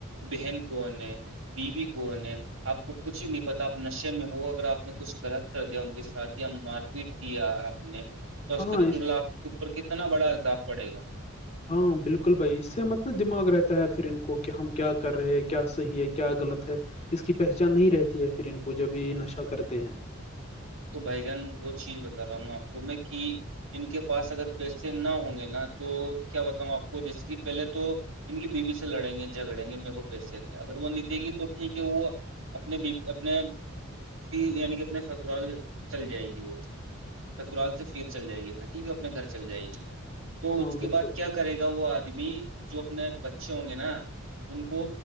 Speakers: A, on the right (about 70°); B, on the left (about 30°).
A: بہن کونن بیوی کونن آپ کو کچھ نہیں پتا آپ نشے میں ہو اگر آپ کچھ غلط کر دیا ان کے ساتھ یا مار پیٹ کیا آپ نے توکپ
B: ہاں اس
A: پر کتنا بڑا عذاب پڑے گا
B: ہاں بالکل بھائی اس سے مطلب دماغ رہتا ہے پھر ان کو کہ ہم کیا کر رہے ہیں کیا صحیح ہے کیا غلط ہے اس کی پہچان نہیں رہتی ہے پھر ان کو جب یہ نشہ کرتے ہیں
A: تو بھائی جان وہ چیز بتا رہا ہوں آپ کو میں کہ ان کے پاس اگر پیسے نہ ہوں گے نا تو کیا بتاؤں آپ کو جیسے کہ پہلے تو ان کی بیوی سے لڑیں گے جھگڑیں گے میرے کو پیسے اگر وہ نہیں دے گی تو ٹھیک ہے وہ اپنے بیی اپنے ف یعنی کہ اپنے سسرال چل جائے گی وہ سترال سے پھر چل جائے گی اپنا ٹھیک ہے وہ اپنے گھر چل جائے گی تو
B: ہاں
A: اس کے
B: بالکل
A: بعد کیا کرے گا وہ آدمی جو اپنے بچے ہوں گے نا ان کو